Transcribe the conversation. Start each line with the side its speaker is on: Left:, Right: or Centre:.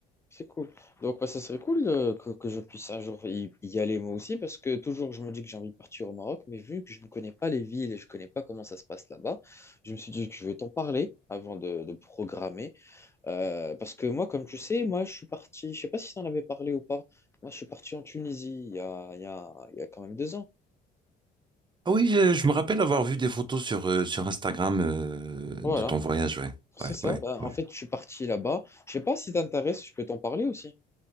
Left: c'est cool. Donc, bah, ça serait cool euh, que, que je puisse un jour y, y aller moi aussi, parce que toujours je me dis que j'ai envie de partir au Maroc, mais vu que je ne connais pas les villes et je ne connais pas comment ça se passe là-bas, je me suis dit que je vais t'en parler avant de, de programmer. Euh, parce que moi, comme tu sais, moi je suis parti, je sais pas si t'en avais parlé ou pas, moi je suis parti en Tunisie il y a, il y a, il y a quand même deux ans.
Right: Ah oui, je, je me rappelle avoir vu des photos sur euh, sur Instagram euh,
Left: Voilà,
Right: de ton voyage, ouais.
Left: c'est ça.
Right: Ouais,
Left: Bah,
Right: ouais.
Left: en fait, je suis parti là-bas. Je sais pas si t'intéresses, je peux t'en parler aussi.